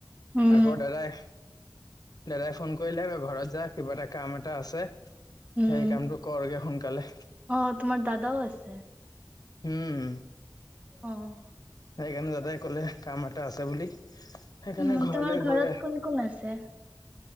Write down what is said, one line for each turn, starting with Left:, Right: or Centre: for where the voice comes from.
Right: উম
Left: আকৌ দাদাই দাদাই ফোন কৰিলে ব ঘৰত যা কিবা এটা কাম এটা আছে। সেই
Right: উম
Left: কামটো কৰা শুকালে কালে।
Right: অ' তোমাৰ দাদাও আছে।
Left: উম
Right: অহ
Left: সেইকাৰণে দাদাই কলে কাম এটা আছে বুলি। সেইকাৰণে
Right: উম'
Left: ঘৰলৈ
Right: তোমাৰ ঘৰত
Left: গৈ
Right: কোন-কোন আছে?